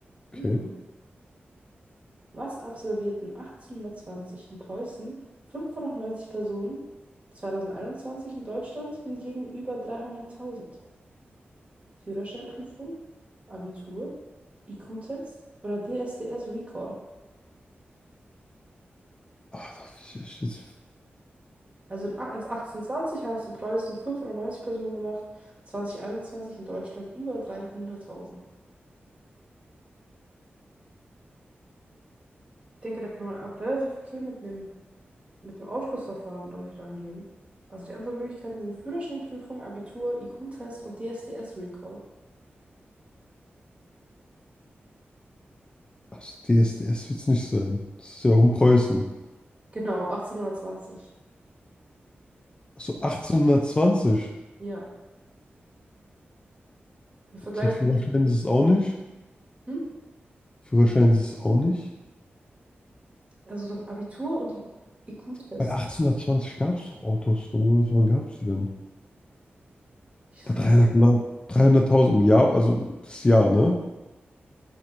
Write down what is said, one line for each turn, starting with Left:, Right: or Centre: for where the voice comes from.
Right: Mhm.
Left: okay.
Right: Was absolvierten 1820 in Preußen 590 Personen, 2021 in Deutschland hingegen über 300.000? Führerscheinprüfung, Abitur, IQ-Test oder DSDS Recall.
Left: Ah, da ich echt jetzt.
Right: Also in a- als 1820 haben es in Preußen 590 Personen gemacht, 2021 in Deutschland über 300.000. Ich denke, da kann man auch relativ okay mit einem, mit einem Ausschlussverfahren, glaube ich, rangehen. Also die Antwortmöglichkeiten sind Führerscheinprüfung, Abitur, IQ-Test und DSDS Recall.
Left: Ach, DSDS wird es nicht sein. Das ist ja auch in Preußen.
Right: Genau, 1820.
Left: Achso, 1820.
Right: Ja, wir vergleichen
Left: Der Führerschein
Right: jetzt.
Left: ist es auch nicht.
Right: Hm?
Left: Führerschein ist es auch nicht.
Right: Also noch Abitur und IQ-Test.
Left: Bei 1820 gab es doch Autos. Wann, wann gab es die denn?
Right: Ich, das
Left: Bei 300
Right: kann ich ja
Left: La- 300.000 im Jahr, also das Jahr, ne?